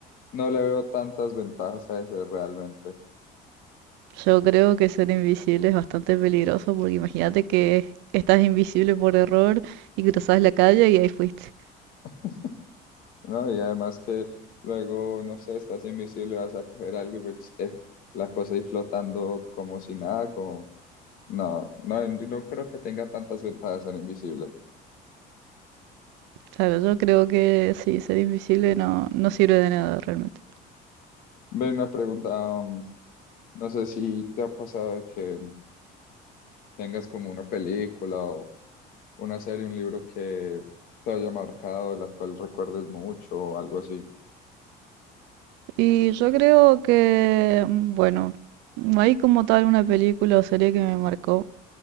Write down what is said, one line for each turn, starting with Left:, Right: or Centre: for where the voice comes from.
Left: no le veo tantas ventajas a ese realmente,
Right: Yo creo que ser invisible es bastante peligroso porque imagínate que estás invisible por error y cruzas la calle y ahí fuiste.
Left: <laughs> ¿no? Y además que luego, no sé, estás invisible, vas a coger algo y ves que la cosa ahí flotando como si nada, como, no, no, no creo que tenga tantas ventajas ser invisible.
Right: Claro, yo creo que sí, ser invisible no, no sirve de nada realmente.
Left: Ven, una pregunta, mm, no sé si te ha pasado de que tengas como una película o... una serie, un libro que te haya marcado, la cual recuerdes mucho o algo así. <laughs>
Right: Y yo creo que, mm, bueno, no hay como tal una película o serie que me marcó.